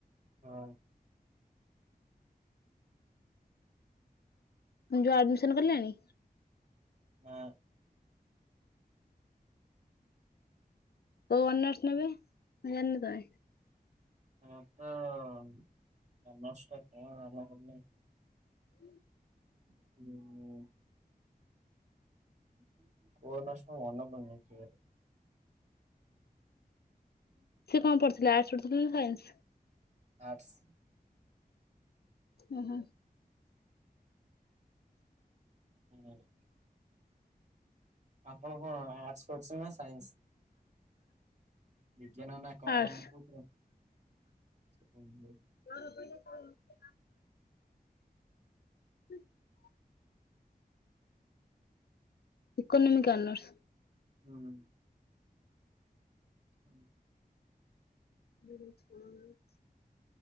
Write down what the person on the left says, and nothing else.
ଯୋଉ ଆଡମିସନ କଲେଣି?
କୋଉ ଅନର୍ସ ନେବେ ନା ଜାଣିନ ତମେ।
ହଁ
ସେ କଣ ପଢୁଥିଲେ ଆର୍ଟସ ପଢୁଥିଲେ ନା ସାଇନ୍ସ।
ଓ ହୋ।
ଆର୍ଟସ
<inaudible> <inaudible> ଇକୋନୋମିକ ଅନର୍ଷ।
<inaudible>